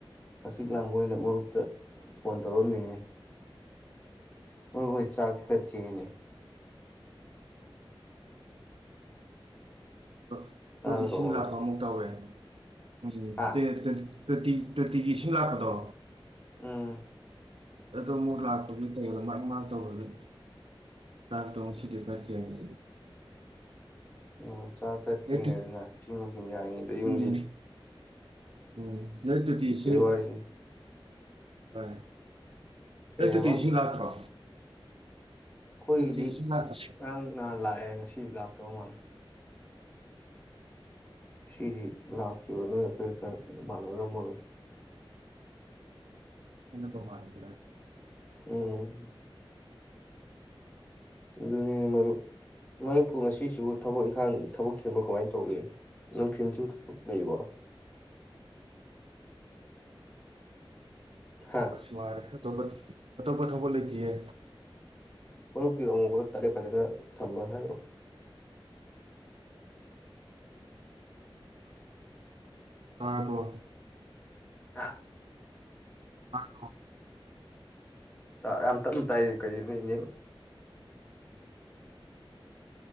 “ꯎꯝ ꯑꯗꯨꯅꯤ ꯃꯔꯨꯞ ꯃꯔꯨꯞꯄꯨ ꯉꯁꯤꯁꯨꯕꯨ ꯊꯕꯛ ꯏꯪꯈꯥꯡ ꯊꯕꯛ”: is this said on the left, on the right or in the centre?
Left